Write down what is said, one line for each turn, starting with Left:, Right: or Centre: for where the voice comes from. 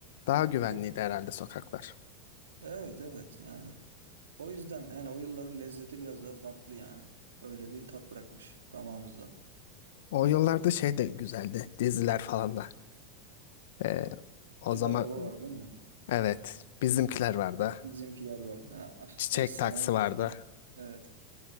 Left: daha güvenliydi
Right: Dur.
Left: herhalde sokaklar.
Right: Evet evet yani. O yüzden yani o yılların lezzeti biraz daha farklı yani. Öyle bir tat bırakmış damağımızda.
Left: O yıllarda şey de güzeldi. Diziler falan da. E, o
Right: Süper
Left: zaman
Right: Baba var değil mi?
Left: evet bizimkiler vardı.
Right: Bizimkiler vardı. Ha,
Left: Çiçek
Right: <laughs> efsane
Left: taksi
Right: bir
Left: vardı.
Right: dizi. Evet.